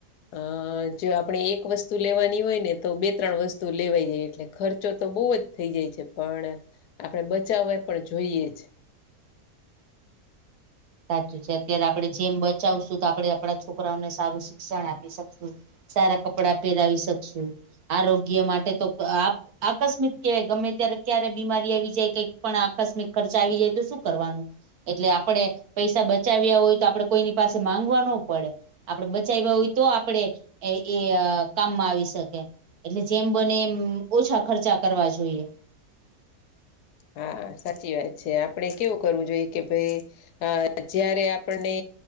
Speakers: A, on the left (about 85°); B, on the right (about 75°).
A: હ હ જો આપણે એક વસ્તુ લેવાની હોય નેતો બે- ત્રણ વસ્તુ લેવાઈજાય એટલે ખર્ચો. તો બોવજ થઈ જાય છે પણ આપણે બચાવવાજ પણ જોઈએ છે
B: સાચું છે અત્યારે આપણે જેમ બચાવશું તો આપડે આપણા છોકરાંવને સારુ શિક્ષણ આપી શકશું સારા કપડા પેરાવી શકશું આરોગ્ય માટે તો આકસ્મિક કહેવાય ગમે ત્યારે ક્યારે બીમારી આવી જાય કંઈક પણ આકસ્મિક ખર્ચા આવી જાય તો શું કરવાનું, એટલે આપડે પૈસા બચાવ્યા હોય તો આપડે કોઈની પાસે માંગવા ન પડે આપડે બચાવ્યા હોય તો આપડે એ એ કામમાં આવી શકે, એટલે જેમ બને એમ ઓછા ખર્ચા કરવા જોઈએ,
A: હા સાચી વાત છે આપણે કેવું કરવું જોઈએ કે ભઈ અ જયારે આપણને